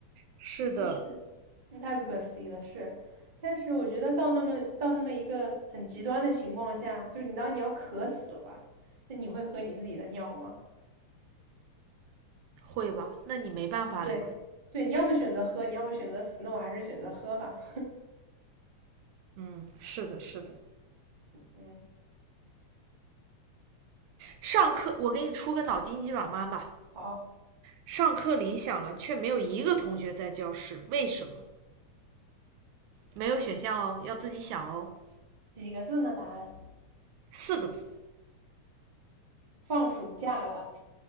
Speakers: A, on the right; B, on the right.
A: 是的，
B: 其实，嗯太不可思议了，是。但是我觉得到那么到那么一个很极端的情况下，就是你当你要渴死了，那你会喝你自己的尿吗？
A: 会吧？那你没办法了呀。
B: 对，对，你要么选择喝，你要么选择死，那我还是选择喝吧。
A: 嗯，是的，是的。
B: 嗯，
A: 上课我给你出个脑筋急转弯吧。
B: 好，
A: 上课铃响了，却没有一个同学在教室，为什么？没有选项哦，要自己想哦。
B: 几个字呢？答案，
A: 四个字，
B: 放暑假了，